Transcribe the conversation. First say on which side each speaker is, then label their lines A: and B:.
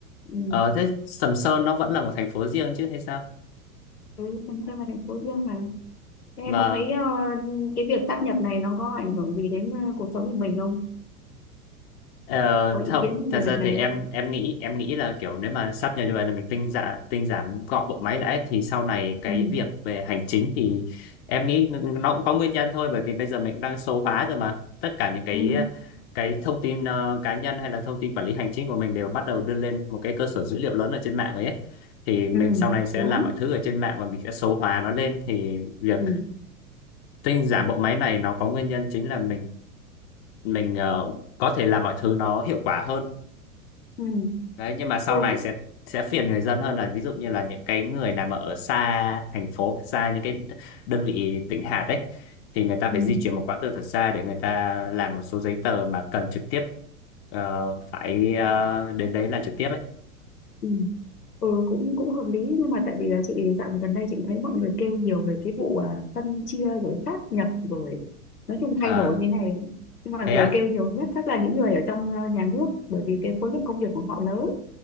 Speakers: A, on the left; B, on the left.
A: ừ.
B: ờ, thế Sầm Sơn nó vẫn là một thành phố riêng chứ hay sao
A: Ừ, phân chia là thành phố riêng mà Thế em
B: và
A: có thấy ờ, cái việc sáp nhập này nó có ảnh hưởng gì đến ờ, cuộc sống của mình không
B: Ờ,
A: có ý
B: không,
A: kiến
B: thật
A: về
B: ra
A: việc này
B: thì em em nghĩ em nghĩ là kiểu nếu mà sắp nhập như vậy là mình tinh giản tinh giản gọn bộ máy lại ấy, thì sau này cái
A: ừ
B: việc về hành chính thì em nghĩ nó cũng có nguyên nhân thôi bởi vì bây giờ mình cũng đang số hóa rồi mà tất cả những cái
A: ừ
B: cái thông tin ờ, cá nhân hay là thông tin quản lý hành chính của mình đều bắt đầu đưa lên một cái cơ sở dữ liệu lớn ở trên mạng rồi ấy thì mình
A: ừ
B: sau này sẽ
A: đúng
B: làm mọi thứ ở trên mạng và mình sẽ số hóa nó lên thì việc
A: ừ
B: tinh giản bộ máy này nó có nguyên nhân chính là mình mình ờ, có thể làm mọi thứ nó hiệu quả hơn
A: ừ
B: đấy nhưng mà sau
A: ừ
B: này sẽ sẽ phiền người dân hơn là ví dụ như là những cái người nào mà ở xa thành phố xa những cái đơn vị tỉnh hạt đấy thì người ta
A: ừ
B: phải di chuyển một quãng đường thật xa để người ta làm một số giấy tờ mà cần trực tiếp ờ, phải ờ, đến đấy là trực tiếp ấy
A: ừ ừ cũng cũng hợp lý nhưng mà tại vì là chị dạo gần đây chị thấy mọi người kêu nhiều về cái vụ à, phân chia rồi sát nhập rồi nói chung thay
B: à,
A: đổi như này nhưng mà
B: thế
A: người
B: á
A: kêu nhiều nhất chắc là những người ở trong ờ, nhà nước bởi vì cái khối lượng công việc của họ lớn